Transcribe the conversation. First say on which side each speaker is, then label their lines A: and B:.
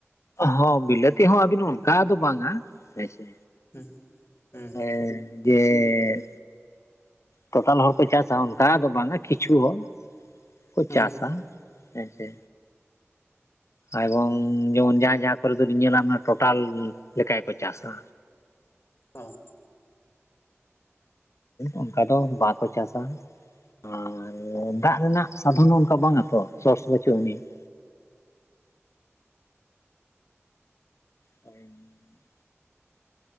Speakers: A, on the left; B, on the left.
A: ᱦᱚᱸ ᱵᱤᱞᱟᱹᱛᱤ ᱦᱚᱸ ᱟᱵᱤᱱ ᱚᱱᱠᱟ ᱫᱚ ᱵᱟᱝᱟ ᱦᱮᱸᱥᱮ᱾
B: ᱦᱩᱸ ᱦᱩᱸ
A: ᱦᱮᱸ ᱜᱮᱜᱽᱻ ᱴᱚᱴᱟᱞ ᱦᱚᱲ ᱠᱚ ᱪᱟᱥᱟ ᱚᱱᱠᱟ ᱫᱚ ᱵᱟᱝᱟ ᱠᱤᱪᱷᱩ ᱦᱚᱸ ᱠᱚ
B: ᱦᱩᱸ
A: ᱪᱟᱥᱟ ᱦᱮᱸᱥᱮ᱾ ᱟᱭᱵᱚᱝ ᱡᱮᱢᱚᱱ ᱡᱟᱦᱟᱸ ᱡᱟᱦᱟᱸ ᱠᱚᱨᱮ ᱫᱚᱞᱤᱧ ᱧᱮᱞᱟ ᱚᱱᱟ ᱴᱳᱴᱟᱞ ᱞᱮᱠᱟ ᱜᱮᱠᱚ ᱪᱟᱥᱟ᱾
B: ᱦᱚᱸ,
A: ᱚᱱᱠᱟ ᱫᱚ ᱵᱟᱠᱚ ᱪᱟᱥᱟ, ᱟᱨ ᱫᱟᱜ ᱨᱮᱱᱟᱜ ᱥᱟᱫᱷᱚᱱ ᱦᱚᱸ ᱚᱱᱠᱟ ᱵᱟᱝ ᱟ, ᱛᱚ ᱥᱚᱥ ᱵᱟᱹᱪᱩᱜ ᱟᱹᱱᱤᱡ ᱾ ᱦᱚᱭ ᱮᱢ <unintelligible>